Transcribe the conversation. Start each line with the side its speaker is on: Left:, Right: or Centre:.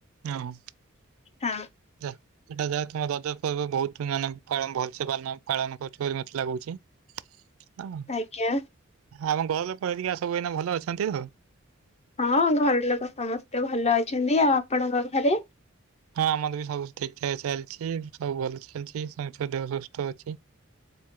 Right: ଆଉ
Left: ହଁ।
Right: ଯା। ସେଇଟା ଯାହା ତମ ରଜ ପର୍ବ ବହୁତ ମାନେ ପାଳ ଭଲସେ ପାଳନ କରୁଛ ବୋଲି ମତେ ଲାଗୁଛି। ହଁ
Left: ଆଜ୍ଞା
Right: ଆମ ଘର ଲୋକ ହେରିକା ସବୁ ଏଇନା ଭଲ ଅଛନ୍ତି ଆଉ।
Left: ହଁ ଘର ଲୋକ ସମସ୍ତେ ଭଲ ଅଛନ୍ତି ଆଉ ଆପଣଙ୍କ ଘରେ?
Right: ହଁ ଆମର ବି ସବୁ ଠିକ ଠାକ ଚାଲିଛି ସବୁ ଭଲ ଚାଲିଛି ସମ ଦେହ ସୁସ୍ଥ ଅଛି।